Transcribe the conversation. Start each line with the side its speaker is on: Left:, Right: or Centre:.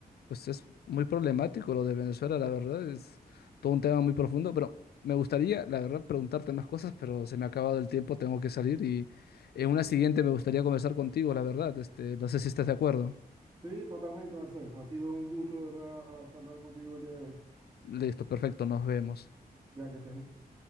Left: pues es muy problemático lo de Venezuela, la verdad, es todo un tema muy profundo, pero me gustaría, la verdad, preguntarte más cosas, pero se me ha acabado el tiempo, tengo que salir y en una siguiente me gustaría conversar contigo, la verdad, este, no sé si estás de acuerdo.
Right: Sí, totalmente, Marcel. Ha sido un gusto de verdad charlar contigo el día de hoy,
Left: Listo, perfecto, nos vemos.
Right: ya que estés bien.